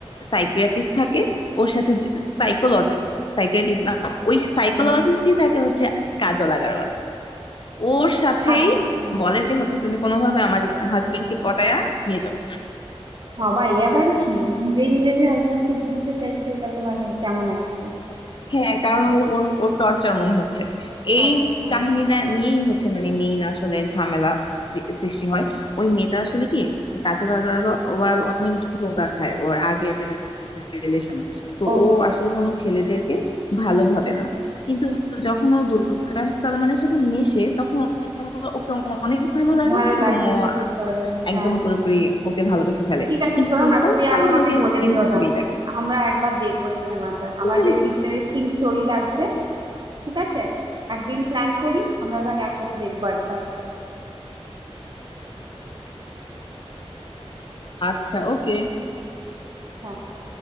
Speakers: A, on the left; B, on the right.
A: সাইকিয়াট্রিস্ট থাকে ওর সাথে সাইকোলজিস্ট সাইকিয়াট্রিস্ট না ওই সাইকোলজিস্টই
B: হুম,
A: থাকে হচ্ছে কাজল আগারওয়াল ওর সাথেই
B: আচ্ছা
A: বলে যে হচ্ছে তুমি কোনোভাবে আমার হাজবেন্ডকে পটায়া নিয়ে যাও
B: বাবা এ আবার কি নিজেই নিজের হাজবেন্ডকে দিয়ে দিতে চাইছে এটা তো মানে কেমন একটা
A: হ্যাঁ কারণ ওর ওর ওর টর্চার মনে হচ্ছে এই
B: আচ্ছা
A: কাহিনীটা নিয়েই হচ্ছে মানে মেইন আসলে ঝামেলা সৃ- সৃষ্টি হয় ওই মেয়েটা আসলে কি কাজের ওভারঅল অনেক ধোঁকা খায় ওর আগের রিলেশনে তো
B: ওকে
A: ও আসলে কোনো ছেলেদেরকে ভালো ভাবে না কিন্তু যখন ও দুলকার সালমানের সাথে মেশে তখন ও- ওকে অনেক ভালো লাগে
B: ভালো
A: এবং
B: লাগবে
A: ও
B: শুরু করে
A: একদম
B: হ্যাঁ
A: পুরোপুরি ওকে ভালোবেসে ফেলে
B: ঠিক আছে
A: কিন্তু
B: শোনো
A: দুলকার
B: না তুমি
A: সালমান
B: আর আমাকে
A: ওকে
B: বলে
A: প্রেম
B: দিও
A: হিসেবেই
B: না
A: দেখে
B: আমরা একবার দেখবো সিনেমাটা আমার
A: কিন্তু
B: বেশ ইন্টারেস্টিং স্টোরি লাগছে ঠিক আছে একদিন প্ল্যান করি আমরা তাহলে একসাথে দেখবো একবার
A: আচ্ছা ওকে
B: হ্যাঁ